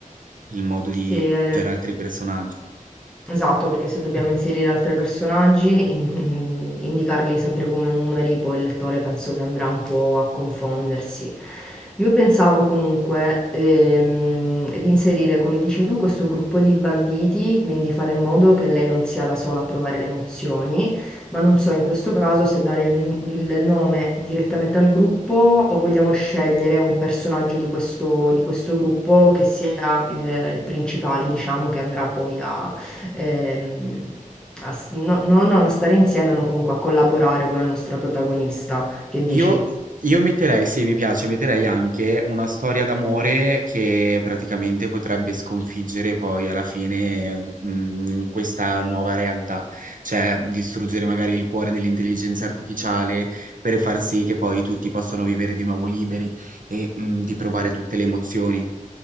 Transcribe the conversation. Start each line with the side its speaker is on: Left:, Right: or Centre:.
Right: il modo
Centre: Sì,
Right: di aggiungere
Centre: hai ra-
Right: altri personaggi.
Centre: esatto, perché se dobbiamo inserire altri personaggi, in- <laughs> indicarli sempre come numeri, poi il lettore penso che andrà un po' a confondersi. Io pensavo comunque ehm, di inserire, come dici tu, questo gruppo di banditi, quindi fare in modo che lei non sia la sola a provare le emozioni ma non so in questo caso se dare il, il nome direttamente al gruppo o vogliamo scegliere un personaggio di questo, di questo gruppo che sia il, il principale, diciamo, che andrà poi a, ehm, a s- no- no- non a stare insieme, ma comunque a collaborare con la nostra protagonista. Che dici?
Right: Io, io metterei, sì, mi piace, metterei anche una storia d'amore che praticamente potrebbe sconfiggere poi alla fine, mm, questa nuova realtà, cioè distruggere magari il cuore dell'intelligenza artificiale per far sì che poi tutti possano vivere di nuovo liberi e, mm, di provare tutte le emozioni.